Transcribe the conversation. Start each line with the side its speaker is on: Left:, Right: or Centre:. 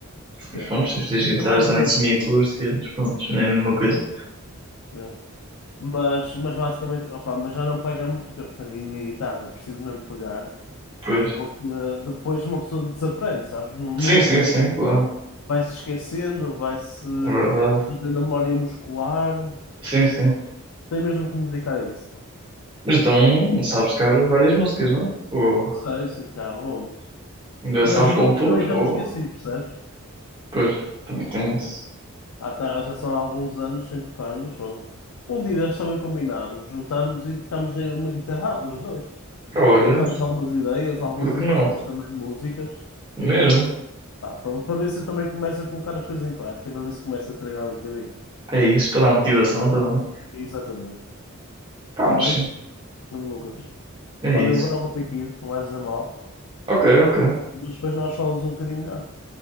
Right: Mas
Left: Yeah.
Right: pronto, se fizeres guitarras
Left: É mais
Right: também
Left: do meu
Right: semiacústicas,
Left: estilo.
Right: pronto, não é a mesma coisa.
Left: Yeah. Mas, mas basicamente, opa, mas já não pego há muito tempo na minha guitarra. Preciso mesmo pegar,
Right: Pois.
Left: porque ah, depois uma pessoa desaprende, sabes? Não, não
Right: Sim, sim,
Left: pegando,
Right: sim, claro.
Left: vai-se esquecendo, vai-se
Right: é verdade.
Left: perdendo a memória muscular.
Right: Sim, sim.
Left: Tem mesmo que me dedicar a isso, pá.
Right: Mas então sabes tocar várias músicas, não? Ou
Left: Sei, sei tocar algumas.
Right: ainda
Left: Mas
Right: sabes
Left: muito
Right: compor?
Left: também já
Right: Ou
Left: me esqueci, percebes?
Right: pois também tens.
Left: Ah, tá, já são há alguns anos sem tocar, mas pronto. Um dia destes também combinámos, juntámos e tocámos em uma guitarrada, os dois.
Right: Olha,
Left: Trocámos algumas ideias, algumas
Right: por que
Left: impressões
Right: não?
Left: também de músicas.
Right: Mesmo.
Left: Pá, pronto, para ver se eu também começo a colocar as coisas em prática, para ver se começo a treinar um bocadinho.
Right: É isso, para dar motivação também.
Left: Exatamente.
Right: Pá,
Left: Está
Right: mas
Left: bem,
Right: sim,
Left: Nuno Lucas?
Right: é
Left: Olha,
Right: isso.
Left: eu agora vou ter que ir, não leves a mal.
Right: Ok, ok.
Left: Mas depois nós falamos um bocadinho melhor.